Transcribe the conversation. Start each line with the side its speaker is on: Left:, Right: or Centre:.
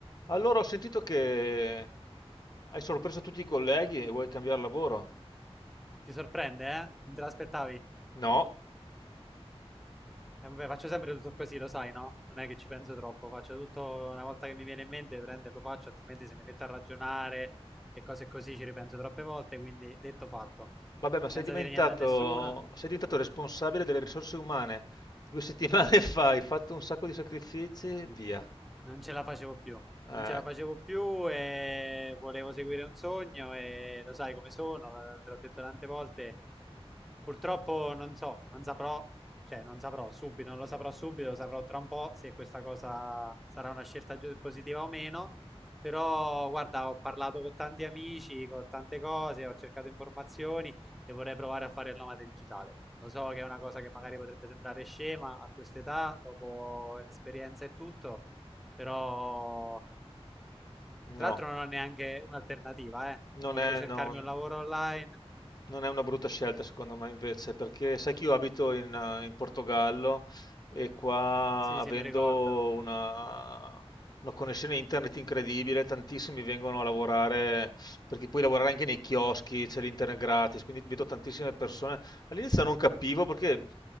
Left: Allora ho sentito che hai sorpreso tutti i colleghi e vuoi cambiare lavoro?
Centre: Ti sorprende, eh? Non te l'aspettavi?
Left: No,
Centre: Eh, vabbè, faccio sempre tutto così, lo sai, no? Non è che ci penso troppo, faccio tutto una volta che mi viene in mente, prendo e lo faccio, altrimenti se mi metto a ragionare e cose così ci ripenso troppe volte, quindi detto fatto.
Left: vabbè, ma
Centre: Senza
Left: sei diventato,
Centre: dire niente a nessuno,
Left: sei diventato responsabile delle risorse umane. Due settimane <laughs> fa hai fatto un sacco di sacrifici, via.
Centre: Non ce la facevo più,
Left: Eh,
Centre: non ce la facevo più e volevo seguire un sogno e lo sai come sono, te l'ho detto tante volte. Purtroppo non so, non saprò, cioè non saprò subito, non lo saprò subito, lo saprò tra un po' se questa cosa sarà una scelta giu- positiva o meno. Però guarda, ho parlato con tanti amici, con tante cose, ho cercato informazioni e vorrei provare a fare il nomade digitale. Lo so che è una cosa che magari potrebbe sembrare scema a quest'età, dopo l'esperienza e tutto, però,
Left: no.
Centre: tra l'altro, non ho neanche un'alternativa, eh.
Left: Non
Centre: Volevo
Left: è,
Centre: cercarmi
Left: non-
Centre: un lavoro online.
Left: non è una brutta scelta secondo me invece, perché sai che io abito in, eh, in Portogallo e qua
Centre: Sì,
Left: avendo
Centre: sì, mi ricordo.
Left: una, una connessione internet incredibile, tantissimi vengono a lavorare, perché puoi lavorare anche nei chioschi, c'è l'internet gratis, quindi vedo tantissime persone. All'inizio non capivo perché